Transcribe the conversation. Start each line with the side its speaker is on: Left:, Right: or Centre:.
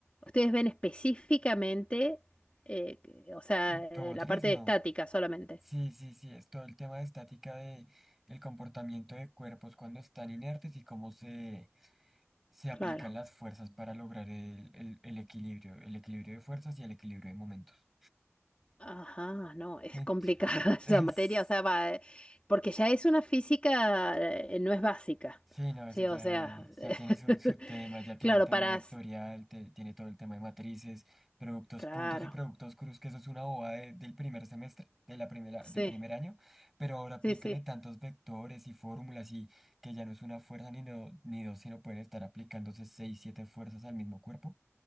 Left: Ustedes ven específicamente, eh, o sea,
Centre: automotriz,
Left: eh, la parte
Centre: no.
Left: de estática solamente.
Centre: Sí, sí, sí, es todo el tema de estática de el comportamiento de cuerpos cuando están inertes y cómo se, se aplican
Left: Claro.
Centre: las fuerzas para lograr el, el el equilibrio, el equilibrio de fuerzas y el equilibrio de momentos.
Left: Ajá, no, es
Centre: Ent-
Left: complicada <laughs> esa
Centre: <laughs>
Left: materia,
Centre: es-
Left: o sea, va, eh, porque ya es una física, eh, eh, no es básica,
Centre: sí, no, eso
Left: sí,
Centre: ya,
Left: o sea,
Centre: ya tiene su, su
Left: <laughs>
Centre: tema, ya tiene
Left: claro,
Centre: el tema
Left: para,
Centre: vectorial,
Left: s-
Centre: te- tiene todo el tema de matrices, productos
Left: claro,
Centre: puntos y productos cruz, que eso es una bobada de- del primer semestre, de la primera,
Left: sí,
Centre: del primer año, pero ahora aplícale
Left: sí, sí,
Centre: tantos vectores y fórmulas y que ya no es una fuerza ni, do- ni dos, sino pueden estar aplicándose seis, siete fuerzas al mismo cuerpo.